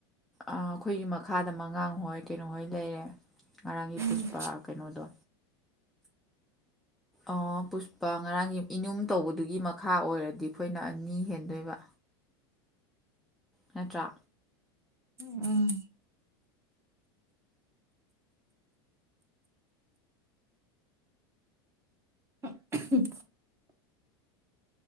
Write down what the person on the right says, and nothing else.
ꯎꯝ
ꯎꯝ <unintelligible>